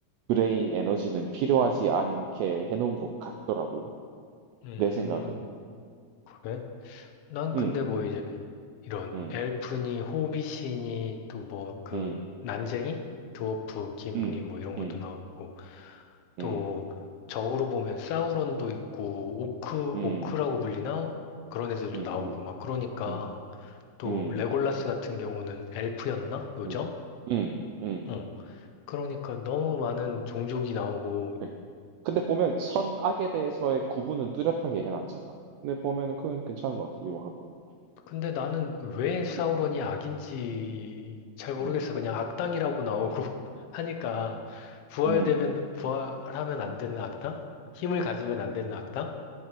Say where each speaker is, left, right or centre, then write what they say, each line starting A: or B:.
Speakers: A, on the right (about 80°); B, on the left (about 75°).
A: 브레인 에너지는 필요하지 않게 해놓은 것 같더라고.
B: 음,
A: 내 생각은.
B: 그래? 난
A: 응
B: 근데 뭐 이제 이런
A: 응
B: 엘프니, 호빗이니, 또 뭐 그
A: 응
B: 난쟁이, 드워프, 김리
A: 응
B: 뭐 이런 것도
A: 응
B: 나왔고
A: 응
B: 또 적으로 보면 사우론도 있고 오크,
A: 응
B: 오크라고 불리나? 그런 애들도
A: 응
B: 나오고
A: 뭐,
B: 막 그러니까
A: 응
B: 또
A: 응 응
B: 레골라스 같은 경우는 엘프였나? 요정?
A: 응. 응.
B: 어. 그러니까 너무 많은 종족이 나오고
A: 네. 근데 보면 선악에 대해서의 구분은 뚜렷하게 해놨잖아. 근데 보면은 그건 괜찮은 것 같기도 하고.
B: 근데 나는 왜 사우론이
A: 응
B: 악인지 잘 모르겠어.
A: 응
B: 그냥 악당이라고 나오고
A: 응.
B: <laughs> 하니까 부활되면
A: 음,
B: 부활하면 안
A: 음,
B: 되는 악당? 힘을 가지면
A: 음.
B: 안 되는 악당?